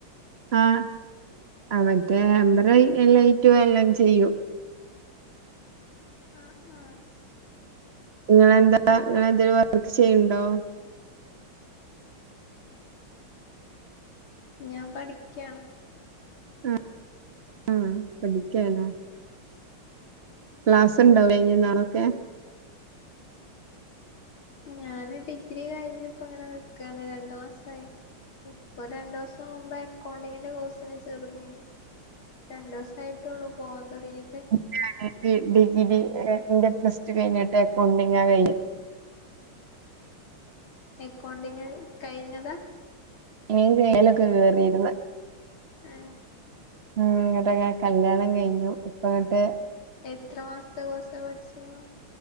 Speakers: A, on the right; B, on the left.
A: ആഹ് ആമറ്റേ അമ്പറയ് എല്ലായിറ്റും എല്ലാം ചെയ്യും
B: ആഹ് ആഹ്
A: നിങ്ങളെന്താ നിങ്ങളെന്തെലും വർക്ക് ചെയ്ണ്ടോ
B: ഞാൻ പഠിക്ക്യാണ്
A: ആഹ് ആഹ് പഠിക്ക്യാലെ
B: ഉം
A: ക്ലാസ്ണ്ടാവ് ലെ ഇനി നാളൊക്കെ.
B: ഞാന് ഡിഗ്രി കഴിഞ്ഞപ്പങ്ങനെ നിക്കാണ് രണ്ടു മാസായി. ഇപ്പൊ രണ്ടുസം മുബേ അക്കൗണ്ടിങ്ങിൻ്റെ കോഴ്സിനെ ചേർന്നിനി രണ്ട്സയിട്ടേള്ളൂ പോവാൻ തൊട്ങ്ങിട്ട്.
A: ന്റെ അനിയത്തി ഡിഗിരി ഏഹ് ന്റെ പ്ലസ് ടു കഴ്ഞ്ഞിട്ട് അക്കൗണ്ടിങ്ങാ കഴ്ഞ്ഞെ
B: എക്കൗണ്ടിങ്ങില് കഴ്ഞ്ഞതാ
A: ഏത് ഏലക്കോ കേറിര്ന്ന്
B: ആഹ്
A: ഉം ഇങ്ങട്ടക്കെ കല്യാണം കഴിഞ്ഞു ഇപ്പങ്ങട്ട്.
B: എത്ര മാസത്തെ കോയ്സാ പഠിച്ചീനു.